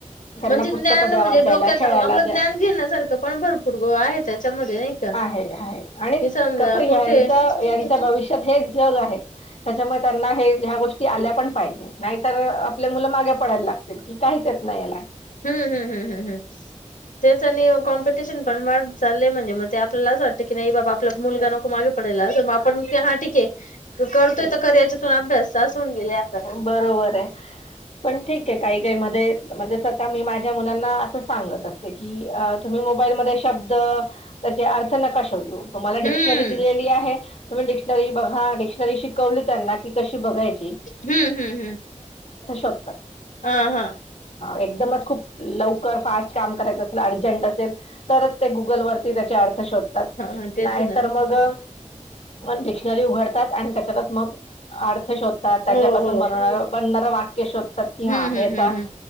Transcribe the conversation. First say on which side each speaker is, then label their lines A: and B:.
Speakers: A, on the left; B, on the left.
A: त्यांना
B: म्हणजे
A: पुस्तकं
B: म्हणजे
A: द्या वाचायला
B: डोक्यात
A: खेळायला
B: आपलं
A: द्या
B: ज्ञान घेण्यासारखं पण भरपूर ग आहे त्याच्यामध्ये नाही का
A: आहे आहे आणि
B: कि समजा
A: कस हच
B: कुठे हम्म
A: यांच्या भविष्यात हेच जग आहे त्याच्यामुळे त्यांना हे ह्या गोष्टी गोष्टी आल्या पण पाहिजे नाहीतर आपले मुलं मागे पडायला लागत की काहीचेत नाही याला
B: हम्म हम्म हम्म हम्म हम् तेच आणि कॉम्पिटिशन पण वाढ झाले म्हणजे म ते आपला अस वाटतं की नाही बाबा आपला मुलगा नको मागे पडेला मग आपण हा ठीके करतोय
A: तेच
B: तर करा याच्यात अभ्यास असं होऊन गेले आता.
A: बरोबर आहे पण ठीक काही काही म म्हणजे स्वः मी माझ्या मुलांना अस सांगत असते की तुम्ही मोईल शब्द त्याचे अर्थ नका शोधून तुम्हाला
B: हम्म
A: डिक्शनरी दिलेली आहे तुम्ही डिक्शनरी बघा डिक्शनरी शिकवली त्यांना की कशी बघायची अ
B: हम्म हम्म हम्म.
A: श
B: हा
A: एकदमच खूप लवकर फास्ट काम करायचं असल अर्जंट असेल तरच ते गुगलवर त्याचे अर्थ शोधतात
B: हा तेच
A: नाही
B: ना
A: तर मग पण डिक्शनरी उघडतात आणि त्याच्यातच मग अर्थ शोध त्याच्यापासून
B: हो हो.
A: बनवणार बनणारं वाक्य शोधतात की
B: हम्म
A: हा ह्याचा
B: हम्म हम्म